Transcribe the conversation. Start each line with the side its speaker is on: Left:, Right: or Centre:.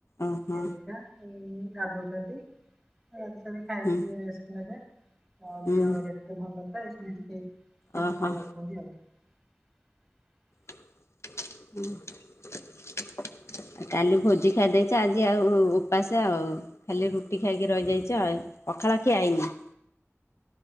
Left: ଓହୋ
Centre: ଝିଅ ପିଛା ହେଇ ଇ ଗାଧଉଛନ୍ତି। ସଦ ଖାଇକି
Left: ହୁଁ
Centre: ଟିକେ ରେଷ୍ଟ ନେବେ ଆ
Left: ହୁଁ
Centre: ଦେହ ଏତେ ଭଲ ନଥାଏ ଏ ଟିକେ ଠିକଠାକ
Left: ଓ ହଁ।
Centre: ଅଛନ୍ତି <inaudible>
Left: <inaudible>
Centre: <inaudible>
Left: ଆ କାଲି ଭୋଜି ଖାଇଦେଇଛି ଆଜି ଆଉ ଉପାସେ ଆଉ। ଖାଲି ରୁଟି ଖାଇକି ରହିଯାଇଛି ଆ ପଖାଳ ଖିଆ ହେଇନି।